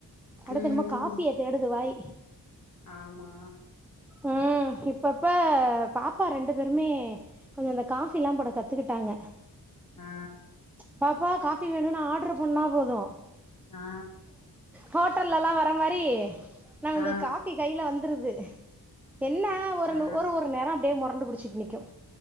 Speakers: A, in the centre; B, on the left (about 55°).
A: அடுத்து
B: ம்.
A: என்னமோ காஃபிய தேட டுது வாய்
B: ஆமா
A: ம் இப்பப்ப பாப்பா ரெண்டு பேருமே கொஞ்சோ அந்த கா ஃபில்லா போட கத்துக்கிட்டாங்க
B: ஆ
A: பா ப்பா காஃபி வேணுனு ஆர்டர் பண்ணா போது
B: ஆ
A: ஹோட்டல்ல எல்லா வர மாரி நாமங்க
B: ஆ
A: காஃபி கைல வந்துருது என்ன ஒருனு
B: ஆ
A: ஒரு ஒரு நேரோ அப்டியே மொரண்டு பிடிச்சிட் நிக்கியு